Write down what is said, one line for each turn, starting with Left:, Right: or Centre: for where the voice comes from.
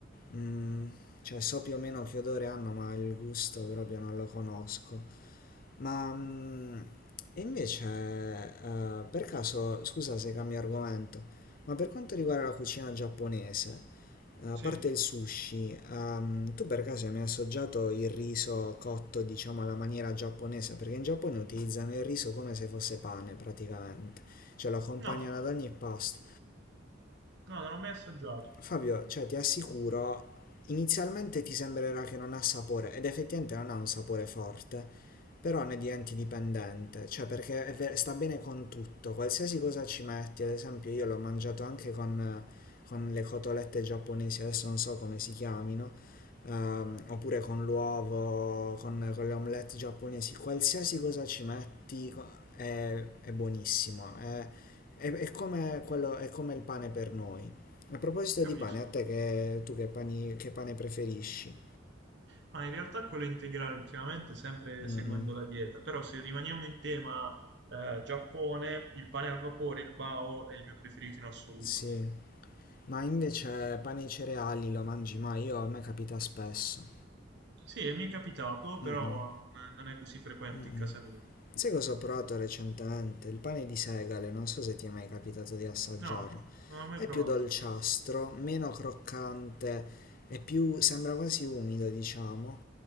Left: Mm, cioè so più o meno che odore hanno, ma il gusto proprio non lo conosco. Ma mm, e invece, eh, per caso, scusa se cambio argomento, ma per quanto riguarda la cucina giapponese, eh, a
Right: Sì.
Left: parte il sushi, ehm, tu per caso hai mai assaggiato il riso cotto, diciamo, alla maniera giapponese? Perché in Giappone utilizzano il riso come se fosse pane, praticamente. Cioè lo accompagnano
Right: No,
Left: ad ogni pasto.
Right: no, non l'ho mai assaggiato,
Left: Fabio, cioè, ti assicuro, inizialmente ti sembrerà che non ha sapore, ed effettivamente non ha un sapore forte, però ne diventi dipendente, cioè perché è ver- sta bene con tutto, qualsiasi cosa ci metti, ad esempio io l'ho mangiato anche con, con le cotolette giapponesi, adesso non so come si chiamino, ehm, oppure con l'uovo, con, con le omelette giapponesi, qualsiasi cosa ci metti co- è, è buonissimo, è, è- è come quello- è come il pane per noi. A proposito
Right: capisco.
Left: di pane, a te che tu che, pani- che pane preferisci?
Right: Ma in realtà quello integrale ultimamente sempre
Left: Mm,
Right: seguendo la dieta, però se rimaniamo in tema eh, Giappone, il pane al vapore, il bao è il mio preferito in assoluto.
Left: sì, ma invece pane e cereali lo mangi mai? Io a me capita spesso.
Right: Sì, mi è capitato, però
Left: Mm,
Right: n- non è così frequente
Left: mm.
Right: in casa mia.
Left: Sai cosa ho provato recentemente? Il pane di segale, non so se ti è mai capitato di assaggiarlo.
Right: No, non l'ho
Left: È
Right: mai
Left: più
Right: provato.
Left: dolciastro, meno croccante e più, sembra quasi umido, diciamo.